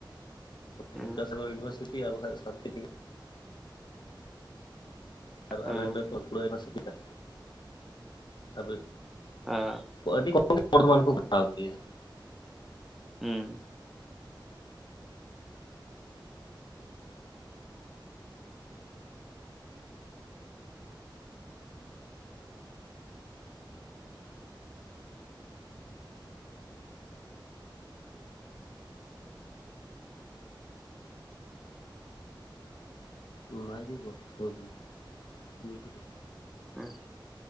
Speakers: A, in the centre; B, on the left (about 65°).
A: ᱦᱮᱸ
B: ᱵᱤᱫᱟᱥᱟᱜᱚᱨ ᱤᱭᱩᱱᱤᱵᱷᱟᱨᱥᱤᱴᱤ ᱟᱨ ᱵᱟᱠᱷᱟᱡ ᱫᱚ ᱥᱟᱱᱛᱤᱠ ᱟᱨ
A: ᱦᱮᱸ
B: ᱟᱞᱮ ᱚᱸᱰᱮ ᱵᱟᱠᱩᱲᱟ ᱥᱮᱴᱤ ᱨᱮ ᱟᱫᱮ
A: ᱟᱸ
B: ᱟᱹᱰᱤ <unintelligible> ᱠᱚ ᱠᱚᱨᱟᱣ ᱠᱮᱭᱟ᱾
A: ᱦᱚᱸ
B: ᱚᱱᱟᱜᱮ ᱜᱚᱞᱯᱚ ᱫᱚ <unintelligible>
A: ᱦᱩᱸ